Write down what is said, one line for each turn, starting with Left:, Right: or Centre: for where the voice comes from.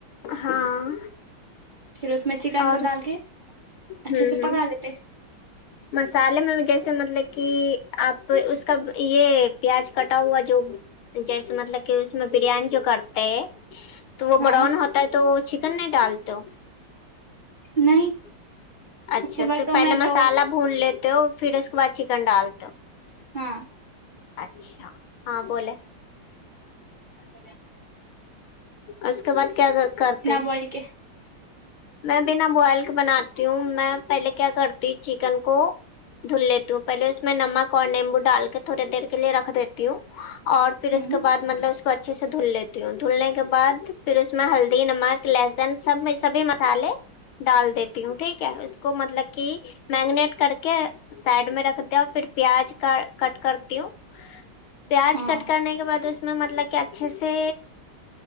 Left: ہاں
Right: پھر اس میں چکن
Left: اور
Right: کو ڈال کے اچھے
Left: ہ
Right: سے
Left: ہ
Right: پکا لیتے
Left: مسالے میں بھی جیسے مطلب کہ آپ اس کا یہ پیاز کٹا ہوا جو جیسے مطلب کہ اس میں بریانی جو کرتے ہے تو وہ
Right: ہاں
Left: بڑن ہوتا ہے تو چ نہیں ڈالتے ہو
Right: نہیں
Left: اچھا
Right: اس کے بعد
Left: ص
Right: ٹومیٹو
Left: پہلے مسالہ بھون لیتے ہو پھر اس کے بعد چکن ڈالتا
Right: ہاں
Left: اچھا ہاں بول
Right: اا <unintelligible>
Left: اس کے بعد کیا کرتے
Right: بوائل کے
Left: میں بنا بوائل بناتی ہوں میں پہلے کیا کرتی چکن کو دھل لیتی ہوں پہلے اس میں نمک اور نیمبو ڈال کے تھوڑی دیر کے لیے رکھ دیتی ہوں اور پھر
Right: ہ
Left: اس کے بع مطلب اس کو اچھا اچھے سے دھل لیتی ہوں دھلنے کے بد پھر اس میں ہلدی نمک لہسن سب سبھی مسالے ڈال دیتی ہوں ٹھیک ہے اس کو مطلب کہ میگنیٹ کر کے سائڈ میں رکھ د ہ پھر پیاز کا کٹ کرتی ہوں پیاز
Right: ہاں
Left: کٹ کرنے کے بعد اس میں مطلب کہ اچھے سے